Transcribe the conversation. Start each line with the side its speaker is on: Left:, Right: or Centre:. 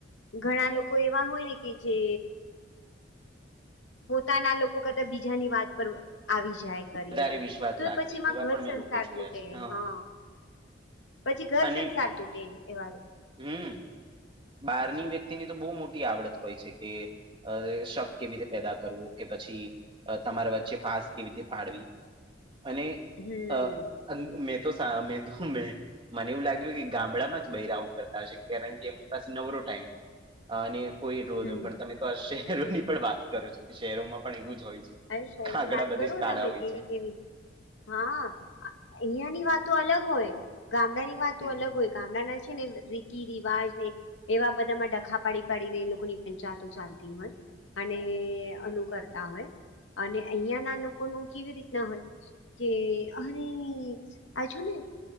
Left: ઘણા લોકો એવા હોય ને કે જે પોતાના લોકો કરતાં બીજાની વાત પર આવી જાય કરીને,
Right: વધારે વિશ્વાસ
Left: તો
Right: રાખે
Left: પછી એમાં
Right: એવા
Left: ઘર
Right: પણ મેં
Left: સંસાર
Right: લોકો જોયા
Left: તૂટે
Right: છે
Left: હા. પછી ઘર
Right: અને
Left: સંસાર તૂટેલ આવામાં.
Right: હમ. બહારની વ્યક્તિની તો બહુ મોટી આવડત હોય છે કે અરે શક કેવી રીતે પેદા કરવું કે પછી તમારા વચ્ચે ફાસ્ટ કેવી રીતે પાડવી, અને
Left: હમ
Right: અ અ મેં તો સા મે તો મેં મને એવું લાગ્યું કે ગામડામાં જ બૈરાવું કરતા હશે કારણ કે નવરો ટાઈમ, અને કોઈ એટલું
Left: હમ
Right: પણ તમે તો આ શહેરોની પણ વાત કરો છો કે શહેરોમાં પણ એવું જ હોય છે.
Left: અરે શહેરની
Right: કાગડા
Left: વાત
Right: બધે
Left: કરું
Right: જ કાળા
Left: તમને
Right: હોય
Left: કેવી
Right: છે.
Left: કેવી હા, અહયા ની વાત. તો અલગ હોય ગામડા ની વાત
Right: હમ
Left: તો અલગ હોય. ગામડા છે ને રીતિ રિવાજ ને, એવા બધામાં ડખા પાડી પાડીને એ લોકોની એ ચાતો ચાલતી હોય, અને અનુકરતા હોય. અને અહં ના લોકો ન કેવી રીતના હોય. કે અરે આજો ને.